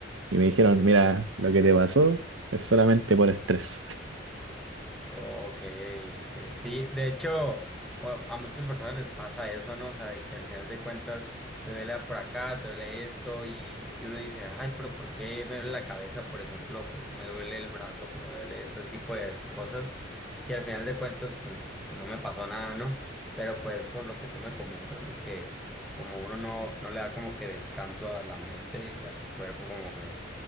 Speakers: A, on the right (about 85°); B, in the centre.
A: y me dijeron, mira, lo que te pasó es solamente por estrés.
B: Ok, ok. Sí, de hecho, a, a muchas personas les pasa eso, ¿no? O sea, de que al final de cuentas te duele por acá, te duele esto, y, y uno dice, ay, pero ¿por qué me duele la cabeza, por ejemplo? ¿Por qué me duele el brazo? ¿Por qué me duele este tipo de cosas? Si al final de cuentas, pues no me pasó nada, ¿no? Pero pues por lo que tú me comentas, ¿no? Que como uno no, no le da como que descanso a la mente y a su cuerpo, como que